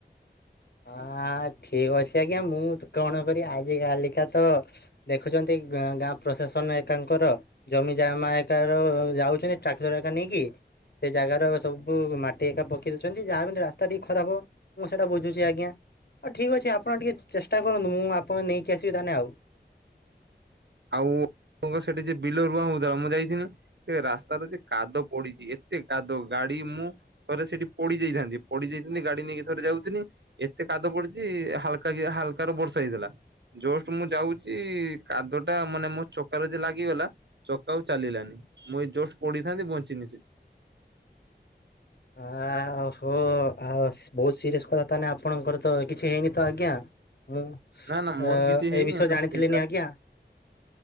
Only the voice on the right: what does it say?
ଆଉ ସେଠି ଯେ ବିଲ ରୁଆ ହଉ ମୁଁ ଯାଇଥିଲି। ସେ ରାସ୍ତାର ଯେ କାଦ ପଡିଛି। ଏତେ କାଦ ଗାଡି ମୁଁ ଥରେ ସେଠି ପଡି ଯାଇଥାନ୍ତି। ପଡି ଯାଇଥାନ୍ତି ଗାଡି ନେଇକି ଥରେ ଯାଉଥିଲି। ଏତେ କାଦୁଅ ପଡିଚି ହାଲକା କି ହାଲକାର ବର୍ଷା ହେଇଥିଲା। ଜଷ୍ଟ ମୁଁ ଯାଉଛି କାଦ ଟା ମାନେ ମୋ ଚକାରେ ଯେ ଲାଗିଗଲା। ଚକା ଆଉ ଚାଲିଲାନି। ମୁଇଁ ଜଷ୍ଟ ପଡିିଥାନ୍ତି। ବଞ୍ଚିନି ସେ।
ନା ନା ମୋର କିଛି ହେଇନି
ମୁଁ
ସେଇଟା